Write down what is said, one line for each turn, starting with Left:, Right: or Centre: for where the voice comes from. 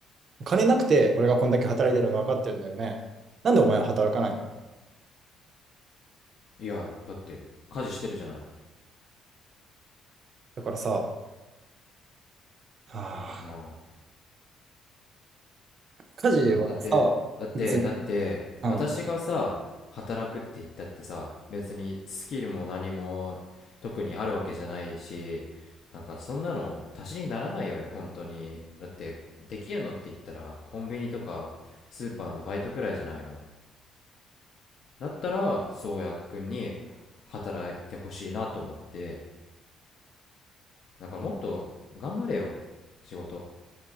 Right: 金なくて俺がこんだけ働いてるの分かってるんだよね。なんでお前は働かないの
Left: いや、だって、家事してるじゃない。
Right: だからさ、はあ、
Left: まあ、
Right: 家事はさ、
Left: いや、だって、だって、
Right: 別に、
Left: だって、
Right: うん、
Left: 私がさ、働くって言ったってさ、別にスキルも何も特にあるわけじゃないし、なんかそんなの足しにならないわよ、本当に。だって、できるのって言ったら、コンビニとかスーパーのバイトくらいじゃないの。だったら、宗谷くんに働いてほしいなと思って、だからもっと頑張れよ、仕事。